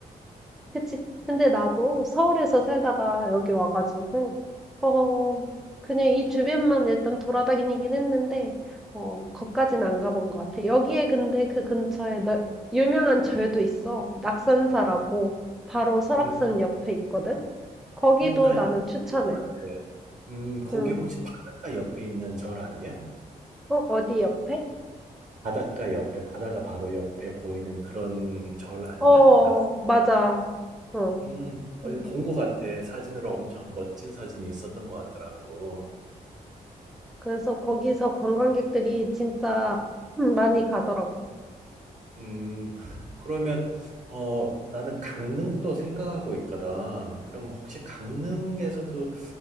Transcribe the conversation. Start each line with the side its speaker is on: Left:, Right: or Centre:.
Centre: 그치. 근데 나도 서울에서 살다가 여기 와가지고, 어, 그냥 이 주변만 일단 돌아다니긴 했는데, 어, 거기까진 안 가본 것 같아. 여기에 근데 그 근처에 너, 유명한 절도 있어. 낙산사라고 바로 설악산
Right: 음,
Centre: 옆에 있거든. 거기도
Right: 음, 나
Centre: 나는
Right: 얘기
Centre: 추천해.
Right: 들어본 것 같아. 음, 거기
Centre: 응.
Right: 혹시 바닷가 옆에 있는 절 아니야?
Centre: 어, 어디 옆에?
Right: 바닷가 옆에, 바다가 바로 옆에 보이는 그런 절 아니야?
Centre: 어,
Right: 낙,
Centre: 맞아. 어.
Right: 음, 어디
Centre: 음.
Right: 본 것 같아. 사진으로 엄청 멋진 사진이 있었던 것 같더라고.
Centre: 그래서 거기서 관광객들이 진짜 <clears throat> 많이 가더라고.
Right: 음, 그러면, 어, 나는 강릉도 생각하고 있거든. 그럼 혹시 강릉에서도